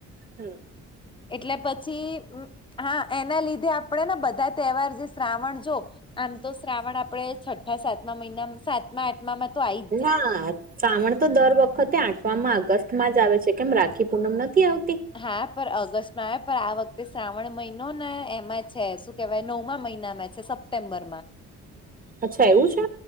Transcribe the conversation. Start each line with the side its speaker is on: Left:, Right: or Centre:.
Right: હમ
Left: એટલે પછી હા એના લીધે આપણેે ને બધા તહેવાર જે શ્રાવણ જો આમ તો શ્રાવણ આપડે છઠ્ઠા સાતમા મહિના સાતમા આઠ મા મેં તો આ આવી
Right: ના શ્રાવણ તો દર વખતે આઠમામાં અગસ્ટ માં જ આવે છે કેમ રાખી પૂનમ નથી આવતી
Left: હા પણ ઓગસ્ટ નો આવે પણ આ વખતે શ્રાવણ મહિનો ને એમાં છે શું કેવાય નવમાં મહિનામાં છે સપ્ટેમ્બર માં
Right: અચ્છા એવું છે.